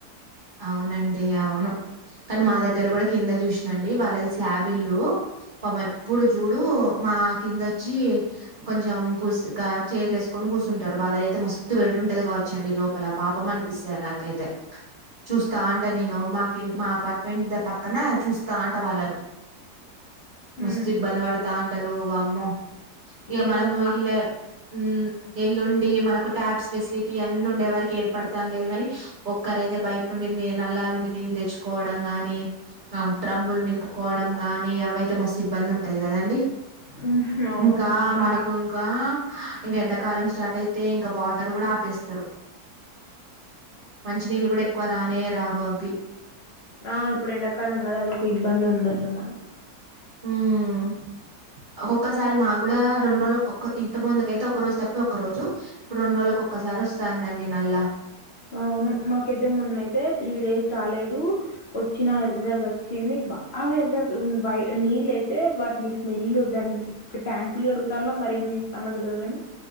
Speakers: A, on the right; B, on the left.
A: అవునండి అవును కానీ మా దగ్గర కూడా కింద చూసినండి వాళ్ళది స్లాబ్ ఇల్లు పాపం ఎప్పుడు చూడు మా కిందొచ్చి కొంచెం కూసు కా చేర్లు ఎసుకొని కూర్చుంటారు వాళ్ళదయితే మస్తు వేడి ఉంటది కావచ్చండి లోపల పాపం అనిపిస్తది నాకైతే చుస్ స్తాంట నేను మాకి మా అపార్ట్మెంట్ పక్కన చూస్ తాంట వాళ్ళను మస్తు
B: మ్మ్
A: ఇబ్బంది పడతాంటారు వమ్మో ఇగ
B: నేను
A: మనము
B: మా
A: ఇల్లా ఉమ్ ఎల్లుండి మనకు ట్యాబ్స్ ఫెసిలిటీ అన్నీ ఉండే వరక్ ఏర్పడతానో లేదుగాని ఒక్కరయితే బయట్ నుండి నీ నల్లాల్ నుండి నీళ్ళు తెచ్చు కోవడం గాని ఆ డ్రమ్ములు నింపుకోవడం గాని అవైత్ తే మస్తు ఇబ్బంది ఉంటది కదండి
B: ఉహ్ అవును
A: ఇంకా
B: అమ్మో
A: మనకు ఇంకా హా ఇంకా ఎండక్ కాలం స్టార్ట్ అయితే ఇంక వాటర్ గూడా ఆపేస్తారు మంచినీళ్ళు గూడా ఎక్ క్కువరానే రావవ్వి
B: ఆ ఇప్పుడు ఎండాకాలం గదా అదొక్ ఇబ్బందుంది అసలు మనకి
A: ఉమ్ ఒక్కొక్కసారి మాకు కూడా రెండు రోజులక్ ఒక్క ఇంతక్ ముందుకైతే ఒక్క రోజు తప్పి ఒక్క రోజు ఇప్పుడు రెండు రోజులకు ఒక్కసారి వస్తుందండి నల్ల
B: అవును మాకైతే మొన్నయితే త్రీ డేస్ రాలేదు వచ్చినా ఎర్రగా వచ్చింది బాగా ఎర్రగా ఉన్ వై నీళ్ళు అయితే బట్ నీ స్మెల్ దాన్ ట్యాంకులు కడుగుతాన్లో మరి ఏం చేస్తాల్లో తెలవదు కాని